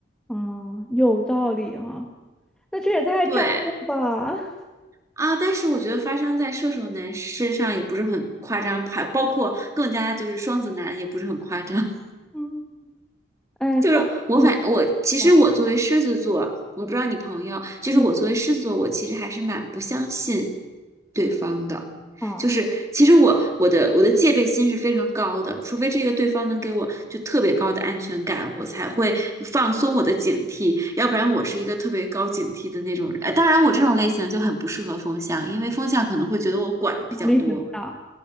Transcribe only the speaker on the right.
对，
啊，但是我觉得发生在射手男身上也不是很夸张，还包括更加就是双子男也不是很夸张。
<laughs>
就是我反我其实我作为狮子座，
我不知道你朋友，就是我作为狮子座，
我其实还是蛮不相信对方的。
就是其实我我的我的戒备心是非常高的，除非这个对方能给我就特别高的安全感，我才会放松我的警惕，要不然我是一个特别高警惕的那种人。呃当然，我这种类型就很不适合风象，因为风象可能会觉得我管的比较多。